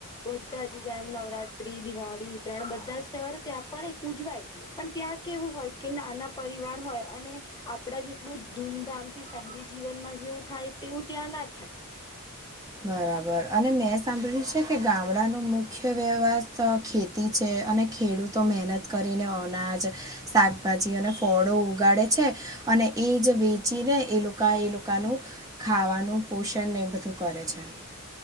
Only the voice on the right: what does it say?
બરાબર અને મેં સાંભળ્યું છે કે ગામડાનો મુખ્ય વ્યવહાજ તો આ ખેતી છે અને ખેડૂતો મેનત કરીને અનાજ, શાકભાજી અને ફળો ઉગાળે છે અને એજ વેચીને એ લોકા એ લોકાનું ખાવાનું પોષણ ને બધું કરે છે.